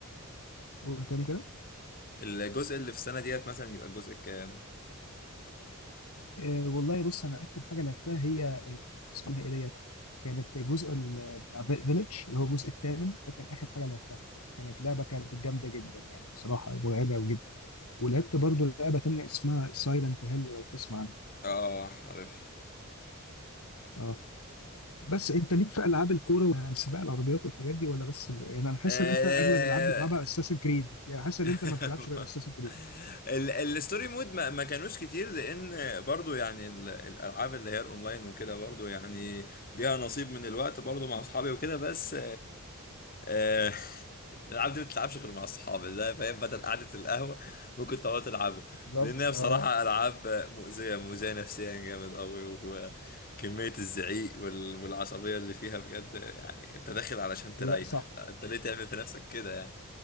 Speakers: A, on the left; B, on the left.
A: قول تاني كده
B: الجزء اللي في السنه ديت مثلا يبقى الجزء كام
A: آه، والله بص انا اخر حاجه لعبتها هي آه، اسمها ايه ديت كانت الجزء ال- بتاع فيليج اللي هو الجزء الثامن ده كان اخر حاجه لعبتها كانت لعبه كانت جامده جدا يعني بصراحه مرعبه جدا ولعبت برضو لعبه تانية اسمها سايلنت هيل لو تسمع عنها
B: اه عارف
A: اه بس انت ليك في العاب الكوره وسباق العربيات والحاجات دي ولا بس ال- يعني انا حاسس
B: آه،
A: ان انت اغلب الالعاب بتلعبها اساسن كريد يعني حاسس ان
B: <laughs>
A: انت ما بتلعبش غير اساسن كريد
B: ال- الستوري مود ما, ما كانوش كتير لان برضو يعني ال- الالعاب اللي هي الاونلاين وكده برضو يعني ليها نصيب من الوقت برضو مع اصحابي وكده بس آه، <laughs> الألعاب دي ما بتلعبش غير مع أصحاب لا فاهم بدل قعدة القهوة ممكن تقعدوا تلعبوا
A: بالظبط
B: لأن هي
A: اه
B: بصراحة ألعاب مؤذية مؤذية نفسيا جامد أوي وكمية الزعيق وال- والعصبية اللي فيها بجد يعني أنت داخل علشان تريح
A: لا صح
B: أنت ليه تعمل في نفسك كده يعني